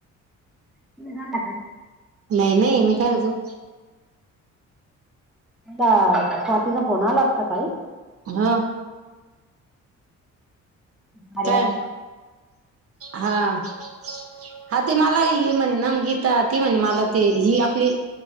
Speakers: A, in the centre; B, on the right.
A: तुम्ही जाणार काय?
B: नाही, नाही मी काय ले जाऊ?
A: का स्वातीचा फोन आला होता सकाळी
B: हां.
A: कार्या
B: काय? हा. हा ते मला हि म्हणेना गीता ती म्हणे मला ते ही आपली